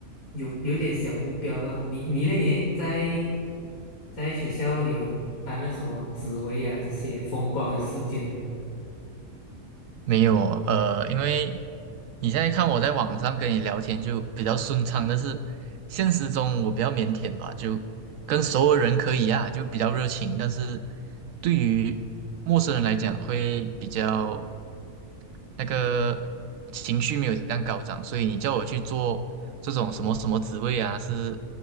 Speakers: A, on the left; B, on the right.
A: 有有点小目标了。你你嘞，你嘞在在学校你有担任什么职位啊？这些风光的事件吗？
B: 没有呃，因为你现在看我在网上跟你聊天就比较顺畅，但是现实中我比较腼腆吧，就跟熟的人可以啊，就比较热情，但是对于陌生人来讲会比较那个情绪没有这样高涨，所以你叫我去做这种什么什么职位啊，是